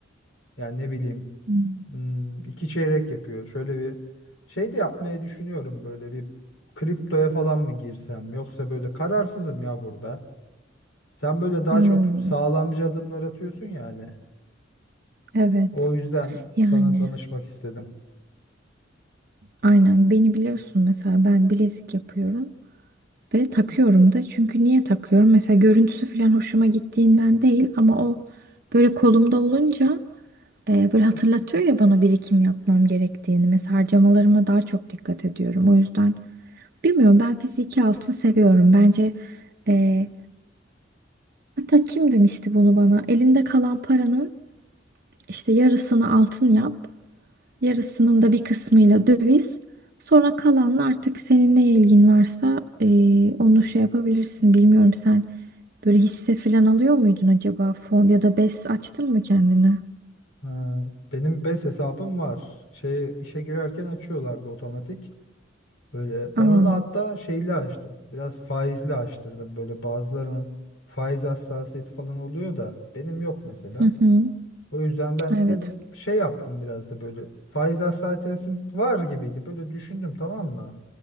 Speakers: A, on the left; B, on the right.
A: Yani ne bileyim.
B: Hmm.
A: Hmm, iki çeyrek yapıyor. Şöyle bir şey de yapmayı düşünüyorum böyle bir kriptoya falan mı girsem yoksa böyle kararsızım ya burada. Sen böyle daha
B: Hmm,
A: çok sağlamcı adımlar atıyorsun yani.
B: Evet.
A: O yüzden
B: Yani
A: sana danışmak istedim.
B: aynen beni biliyorsun mesela ben bilezik yapıyorum ve takıyorum da çünkü niye takıyorum? Mesela görüntüsü falan hoşuma gittiğinden değil ama o böyle kolumda olunca e, böyle hatırlatıyor ya bana birikim yapmam gerektiğini. Mesela harcamalarıma daha çok dikkat ediyorum. O yüzden bilmiyorum ben fiziki altın seviyorum. Bence e, hatta kim demişti bunu bana? Elinde kalan paranın İşte yarısını altın yap, yarısının da bir kısmıyla döviz. Sonra kalanla artık senin ne ilgin varsa eee, onu şey yapabilirsin. Bilmiyorum sen böyle hisse falan alıyor muydun acaba? Fon ya da BES açtın mı kendine?
A: Ha, benim BES hesabım var. Şeye işe girerken açıyorlardı otomatik. Böyle
B: Aa,
A: ben onu hatta şeyle açtım. Biraz faizli açtırdım. Böyle bazılarının faiz hassasiyeti falan oluyor da benim yok mesela.
B: hı hı.
A: O yüzden ben
B: Evet,
A: dedim şey yaptım biraz da böyle faiz hassasiyetim var gibiydi. Böyle düşündüm tamam mı?